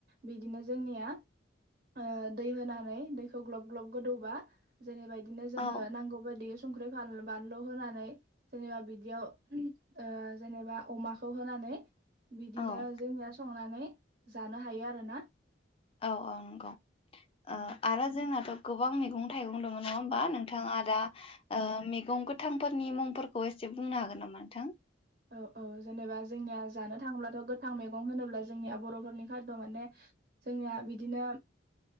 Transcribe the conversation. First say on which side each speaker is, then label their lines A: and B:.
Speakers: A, on the right (about 55°); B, on the left (about 30°).
A: बिदिनो जोंनिया ओ दै होनानै दैखौ ग्लब ग्लब गोदौबा जेनेबा बिदिनो जोङो
B: औ
A: नांगौ बायदि संख्रि फान बानलु होनानै जेनेबा बिदियाव ओ जेनेबा अमाखौ होनानै बिदिनो
B: औ
A: जोंनिया संनानै जानो हायो आरो ना ।
B: औ औ नंगौ
A: औ
B: ओ आरो जोंनाथ' गो बां मैगं थाइगं नङा होमबा नों थाङा दा ओ मे दं गोथांफोरनि मुंफोरखौ एसे बुंनो हागोन नामा नोंथां?
A: औ औ जेनेबा जोंनिया जानो थाङोब्लाथ' गोथां मैगं होनोब्ला जोंनिया बर'फोरनि खाद' माने जोंनिया बिदिनो